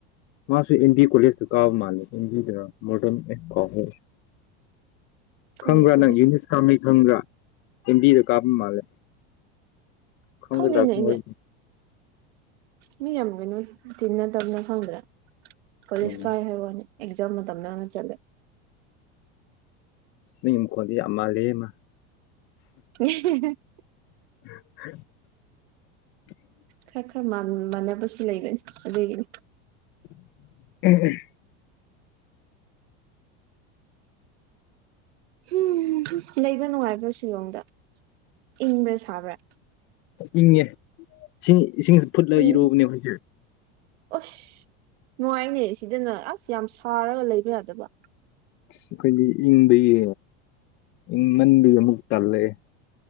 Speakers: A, on the left; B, on the right.
A: ꯃꯥꯁꯨ ꯑꯦꯟ ꯗꯤ ꯀꯣꯂꯦꯖꯇ ꯀꯥꯕ ꯃꯥꯜꯂꯦ ꯑꯦꯟ ꯕꯤꯗ ꯃꯣꯗꯥꯜꯔ ꯑꯦ ꯀꯥꯎꯒ꯭ꯔꯦ
B: ꯈꯪꯗꯦ
A: ꯈꯪꯕ꯭ꯔꯥ
B: ꯑꯗꯨꯗꯤ
A: ꯅꯪ ꯌꯨꯅꯤꯁ ꯀꯥꯝꯃꯩ ꯈꯪꯕ꯭ꯔꯥ ꯑꯦꯝꯕꯤꯗ ꯀꯥꯕ ꯃꯥꯜꯂꯦ ꯈꯪꯒꯗ꯭ꯔꯥ
B: ꯈꯪꯗꯦꯅꯦ
A: ꯈꯪꯉꯣꯏ
B: ꯑꯩꯗꯤ ꯃꯤ ꯌꯥꯝꯒꯥꯅꯤ ꯇꯤꯟꯅꯗꯕꯅꯤꯅ ꯈꯪꯗ꯭ꯔꯦ ꯀꯣꯂꯦꯖ
A: ꯎꯝ
B: ꯀꯥꯏ ꯍꯥꯏ ꯋꯥꯅꯤ ꯑꯦꯛꯖꯥꯝ ꯃꯇꯝꯗꯅ ꯆꯠꯂꯦ꯫
A: ꯑꯁ ꯅꯪ ꯃꯈꯣꯟꯗꯤ ꯌꯥꯝ ꯃꯥꯜꯂꯦ ꯃꯥ꯫
B: <unintelligible>
A: <inaudible>
B: ꯈꯔ ꯈꯔ ꯃꯥꯟꯅꯕꯁꯨ ꯂꯩꯕꯅꯤ ꯑꯗꯨꯒꯤꯅꯤ꯫
A: <unintelligible>
B: ꯍꯨꯝ ꯍꯨꯝ ꯂꯩꯕ ꯅꯨꯡꯉꯥꯏꯕ꯭ꯔꯥ ꯁꯤꯂꯣꯡꯗ ꯏꯪꯕꯔ ꯁꯥꯕ꯭ꯔꯥ꯫
A: ꯏꯪꯉꯦ ꯏꯁꯤꯡ ꯏꯁꯤꯡꯒ ꯐꯨꯠꯂꯒ
B: ꯎꯝ
A: ꯏꯔꯨꯎꯕꯅꯦ ꯑꯩꯈꯣꯏꯗꯤ꯫
B: ꯑꯁ ꯅꯨꯡꯉꯥꯏꯅꯦ ꯁꯤꯗꯅ ꯑꯁ ꯌꯥꯝ ꯁꯥꯔꯒ ꯂꯩꯕ ꯌꯥꯗꯕ꯫
A: ꯑꯁ ꯑꯩꯈꯣꯏꯗꯤ ꯏꯪꯕꯒꯤ ꯏꯪꯃꯟꯕꯩ ꯑꯃꯨꯛ ꯇꯜꯂꯛꯑꯦ꯫